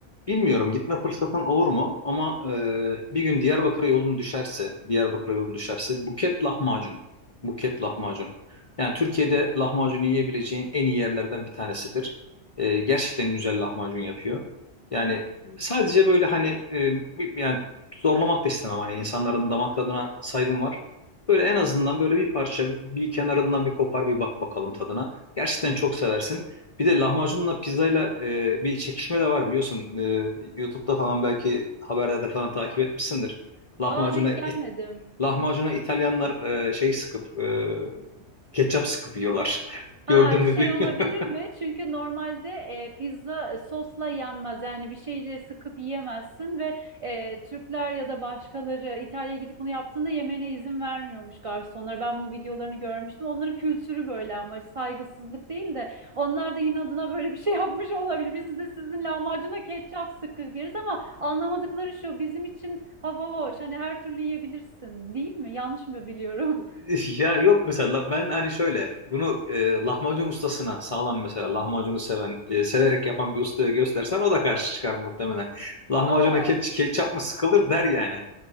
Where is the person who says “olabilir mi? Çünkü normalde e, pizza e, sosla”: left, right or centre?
Right